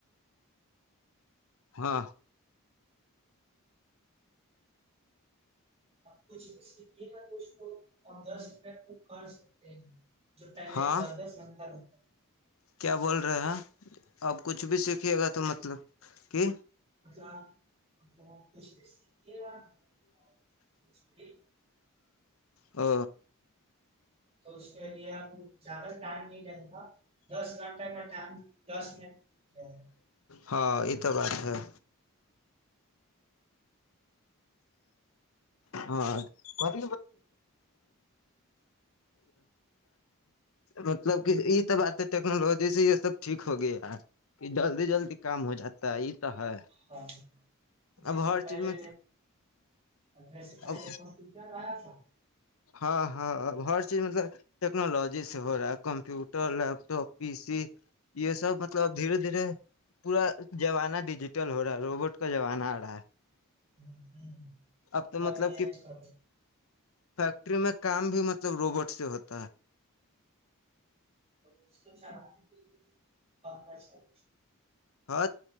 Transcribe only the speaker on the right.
آپ کچھے گا تو اس دس مٹ کر سکتے ہیں جوٹائ میں
دس دس لگتا رہ
ا <inaudible>
تو اس کے لیے زیادہ ٹائم نہیں رہے گا دس گھنٹہ کا ٹائم دس منٹ جائے گا
ہاں جیسے
پہلے
<unintelligible>
<unintelligible>
<unintelligible>
<unintelligible>
اس کو چلانے کے لیے <unintelligible>